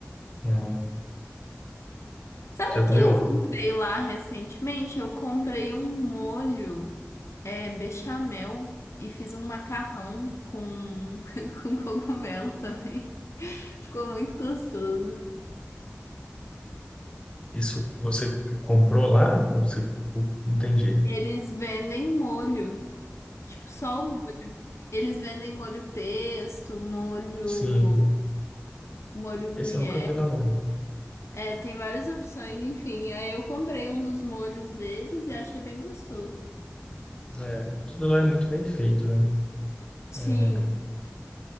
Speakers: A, on the left; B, on the left.
A: é,
B: Sabe
A: Já
B: o
A: comeu?
B: que eu comprei lá recentemente? Eu comprei um molho, é, bechamel e fiz um macarrão com, <laughs> com cogumelo também. Ficou muito gostoso.
A: Isso você comprou lá? Você... não Entendi.
B: Eles vendem molho, tipo só o molho. Eles vendem molho pesto, molho,
A: Sim,
B: molho
A: esse
B: gruyère.
A: eu nunca vi lá não.
B: É, tem várias opções, enfim. Aí eu comprei um dos molhos deles e achei bem gostoso.
A: É, tudo lá é muito bem feito, né?
B: Sim,
A: É,